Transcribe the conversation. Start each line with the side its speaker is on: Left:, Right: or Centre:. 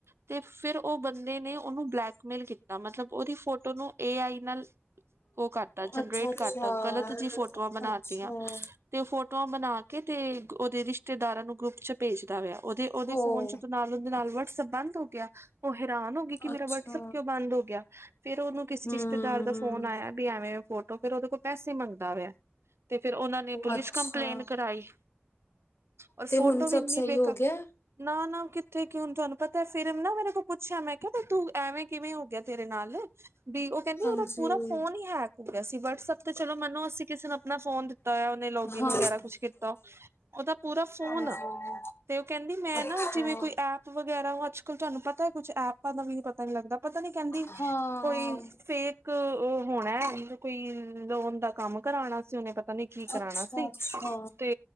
Right: ਤੇ ਫਿਰ ਓ ਬੰਦੇ ਨੇ ਉਨੂੰ ਬਲੈਕਮੇਲ ਕੀਤਾ ਮਤਲਬ ਓਦੀ ਫੋਟੋ ਨੂੰ ਏ ਆਈ ਨਾਲ ਓ ਕਰਤਾ ਜਨਰੇਟ
Left: ਅੱਛਾ ਅੱਛਾ
Right: ਕਰਤਾ ਗਲਤ ਜੀ ਫੋਟੋਆਂ ਬਨਾ
Left: ਅੱਛਾ
Right: ਤੀਆਂ ਤੇ ਫੋਟੋਆਂ ਬਣਾ ਕੇ ਤੇ ਉਦੇ ਰਿਸ਼ਤੇਦਾਰਾਂ ਨੂੰ ਗਰੁੱਪ ਚ ਭੇਜਦਾ ਪੇਆ ਉਦੇ ਉਦੇ
Left: ਉਹ
Right: ਫੋਨ ਚ <unintelligible> ਨਾਲ ਉੰਦੇ ਨਾਲ ਵਟਸਐਪ ਬੰਦ ਅੋ ਗਿਆ ਓ ਹੈਰਾਨ ਹੋ ਗਈ ਕਿ
Left: ਅੱਛਾ
Right: ਮੇਰਾ ਵਟਸਐਪ ਕਿਉਂ ਬੰਦ ਹੋ ਗਿਆ ਫੇਰ ਉਹਨੂੰ ਕਿਸੇ
Left: ਹਮ
Right: ਰਿਸ਼ਤੇਦਾਰ ਦਾ ਫੋਨ ਆਯਾ ਪੀ ਐਵੇਂ ਐਵੇਂ ਫੋਟੋ ਫਰ ਉਹਦੇ ਕੋਲ ਪੈਸੇ ਮੰਗਦਾ ਪਿਆ ਤੇ ਫਿਰ ਉਨਾਂ ਨੇ ਪੁਲਿਸ
Left: ਅੱਛਾ
Right: ਕੰਪਲੇਂਨ ਕਰਾਈ ਔਰ
Left: ਤੇ
Right: ਫੋਟੋ
Left: ਹੁਣ
Right: ਵੀ
Left: ਸਭ
Right: ਇੰਨੀ
Left: ਸਹੀ
Right: ਬੇਕਾ
Left: ਹੋ ਗਿਆ
Right: ਨਾ ਨਾ ਕਿੱਥੇ ਕਿ ਹੁਣ ਤੁਹਾਨੂੰ ਪਤਾ ਹੈ ਫਿਰ ਏਨਾ ਮੇਰੇ ਕੋ ਪੁੱਛਿਆ ਮੈਂ ਕਿਆ ਤੇ ਤੂੰ ਐਵੇਂ ਕਿਵੇਂ ਹੋ ਗਿਆ ਤੇਰੇ ਨਾਲ ਵੀ ਉਹ ਕਹਿੰਦੀ
Left: ਹਾਂਜੀ
Right: ਓਦਾ ਪੂਰਾ ਫੋਨ ਈ ਹੈਕ ਸੀ ਵਟਸੈਪ ਤੇ ਚਲੋ ਮੈਨੂੰ ਅਸੀਂ ਕਿਸੇ ਨੂੰ ਆਪਣਾ ਫੋਨ ਦਿੱ ਕੀਤਾ ਹੋਆ ਉਹਨੇ ਲੋਗਇਨ
Left: ਹਾਂ,
Right: ਵਗੈਰਾ ਕੁਛ ਕੀਤਾ ਉਹਦਾ ਪੂਰਾ ਫੋਨ
Left: ਹਾਂਜੀ,
Right: ਤੇ ਓ ਕਹੰਦੀ ਮੈਂ
Left: ਅੱਛਾ,
Right: ਨਾ ਜਿਵੇਂ ਕੋਈ ਐਪ ਵਗੈਰਾ ਅਜ ਬਿਲਕੁਲ ਤੁਹਾਨੂੰ ਪਤਾ ਕੁਛ ਐਪਾਂ ਦਾ ਵੀ ਪਤਾ ਨੀ ਲੱਗਦਾ ਪਤਾ ਨੀ ਕਹਿੰਦੀ
Left: ਹਾਂ।
Right: ਕੋਈ ਫੇਕ ਉਹ ਹੋਣਾ ਐ ਮਤਬ ਕੋਈ ਲੋਨ ਦਾ ਕੰਮ ਕਰਾਣਾ ਸੀ ਉਨੇ ਪਤਾ ਨੀ ਕੀ ਕਰਾਣਾ
Left: ਅੱਛਾ-ਅੱਛਾ,
Right: ਸੀ ਤੇ